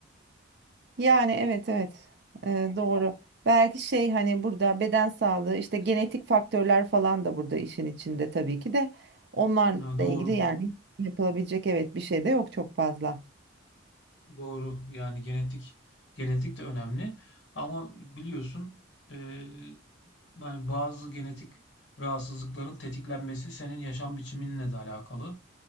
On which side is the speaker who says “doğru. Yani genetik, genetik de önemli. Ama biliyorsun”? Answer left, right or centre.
Left